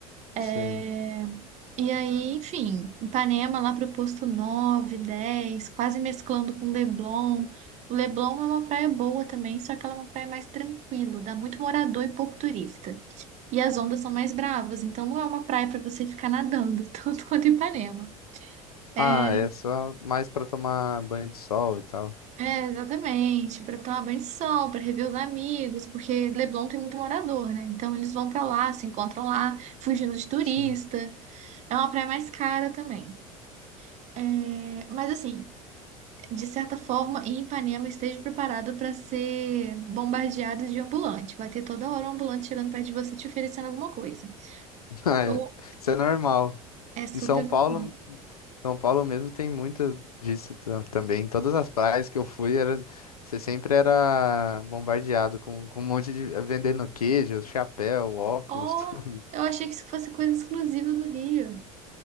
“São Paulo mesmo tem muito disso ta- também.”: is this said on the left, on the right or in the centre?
Left